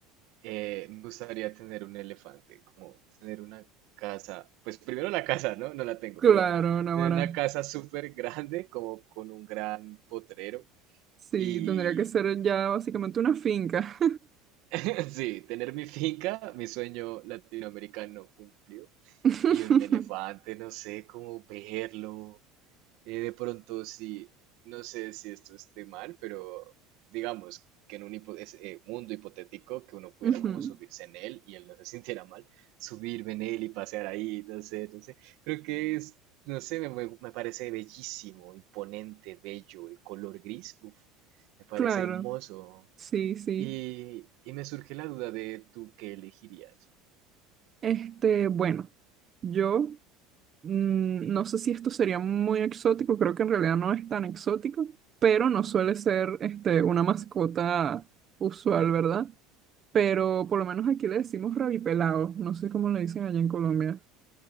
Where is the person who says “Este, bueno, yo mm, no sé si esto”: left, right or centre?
Right